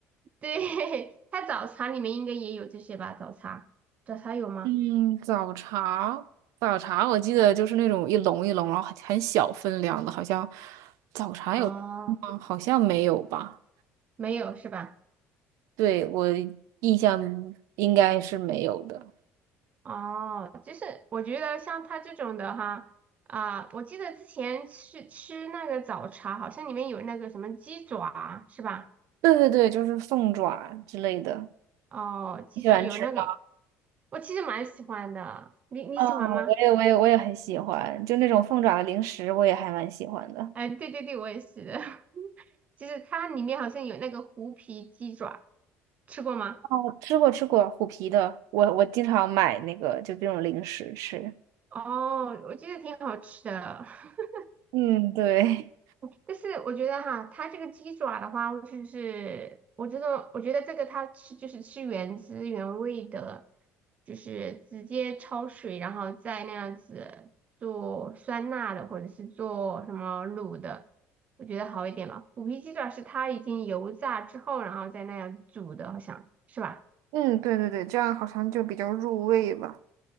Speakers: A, on the right; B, on the right.
A: 对，<laughs> 它早茶里面应该也有这些吧？早茶，早茶有吗？
B: 嗯，早茶，早茶，我记得就是那种一笼一笼，然后很很小分量的，好像早茶有吗？
A: 哦，
B: 好像没有吧？
A: 没有是吧？
B: 对，我印象应该是没有的。
A: 哦，就是我觉得像他这种的哈，啊、我记得之前吃吃那个早茶，好像里面有那个什么鸡爪，是吧？
B: 对对对，就是凤爪之类的，
A: 哦，鸡爪有那个，
B: 你喜欢吃吗？
A: 我其实蛮喜欢的，你你喜欢吗？
B: 啊、我也我也我也很喜欢，就那种凤爪的零食，我也还蛮喜欢的。
A: 哎，对对对，我也是的，<laughs> 就是它里面好像有那个虎皮鸡爪，吃过吗？
B: 哦，吃过吃过虎皮的，我我经常买那个就这种零食吃。
A: 哦，我觉得挺好吃的。<laughs>
B: 嗯，对，
A: 但是我觉得哈，它这个鸡爪的话，就是我觉得，我觉得这个它吃就是吃原汁原味的，就是直接焯水，然后再那样子做酸辣的，或者是做什么卤的，我觉得好一点吧。虎皮鸡爪是它已经油炸之后，然后再那样煮的，好像是吧？
B: <laughs> 嗯，对对对，这样好像就比较入味吧。